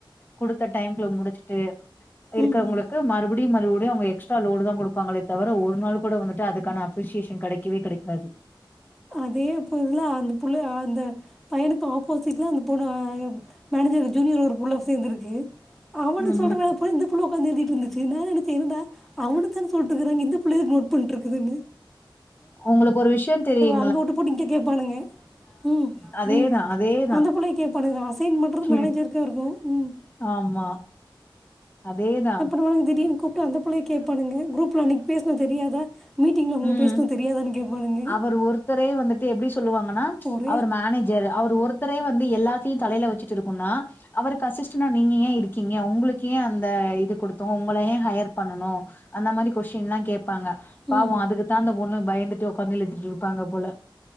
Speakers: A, on the left (about 25°); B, in the centre.
A: குடுத்த டைம்குள்ள முடிச்சுட்டு இருக்கவங்களுக்கு
B: ம் ம்
A: மறு படியு மறுபடியு அவுங்க எக்ஸ்ட்ரா லோடு தா குடுப்பாங்ளே தவிர ஒரு நாள் கூட வந்துட்டு அதுக்கான அப்ரிசிஸேஷன் கெடைக்கவே கெடைக்காது
B: அதேப்ப இதுல அந்த புள்ள அந்த பையனுக்கு ஆப்போசிட்ல அந்த பொண மேனேஜர்க் ஜூனியர் ஒரு புள்ள சேந்துருக்கு அவுனுக்
A: ம்
B: சொல்ற
A: ம்
B: வேல பூரா இந்த புள்ள ஒக்காந்து எழ்திட்ருந்துச்சு நா நெனச்சே என்னடா அவனுக் தான சொல்ட்டுக்றாங்க இந்த புள்ள எதுக்கு நோட் பண்ட்டு இருக்குதுனு
A: உங்களுக்கு ஒரு விஷயோ தெரியு
B: அங்க வுட்டு போட்டு இங்க கேப்பானுங்க ம்
A: அதேதா
B: ம்
A: அதேதா
B: அந்தபுள்ளய கேப்பானுங்க அசைன் பண்றது
A: ஓகே
B: மேனேஜருக்கா இருக்கு ம்
A: ஆமா அதேதா
B: பாருங்க திடீர்னு கூப்ட்டு அந்த பிள்ளைய கேப்பானுங்க குரூப்ல அன்னக்கு பேசுனோ தெரியாதா மீட்டிங்ல உங்க
A: ம்
B: பேசுனோ தெரியாதான்னு கேப்பானுங்க
A: அவர் ஒருத்தரே வந்துட்டு எப்டி சொல்லுவாங்கன்னா
B: ஒரே
A: அவர் மேனேஜ் ர் அவர் ஒருத்தரே வந்து எல்லாத்தையு தலையில வச்சிட்டு இருக்கனுன்னா அவருக்கு அசிஸ்டண்டா நீங்க ஏ இருக் கீங்க உங்களுக் கு ஏ அந்த இது குடுத்தோ உங்கள ஏ ஹையர் பண்ணுனோ அந்த மாதிரி கொஸ்டின்ல்லா கேப்பாங்க பாவோ
B: ம்
A: அதுக்குத்தா அந்த பொண்ணு பயந்துட்டு ஒக்காந்து எழுத்தீட்டு இருப்பாங்க போல